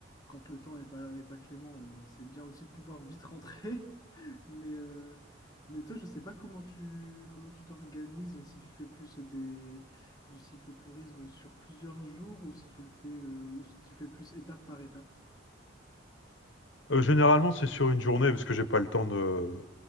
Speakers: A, on the left; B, on the left.
A: quand le temps n'est pas, est pas clément, on- c'est bien aussi de pouvoir vite rentrer. <laughs> Mais, euh, mais toi, je sais pas comment tu, comment tu t'organises, si tu fais plus des, du cyclotourisme sur plusieurs jours ou si tu le fais, euh, ou si tu fais plus étape par étape.
B: Euh, généralement, c'est sur une journée, parce que j'ai pas le temps de,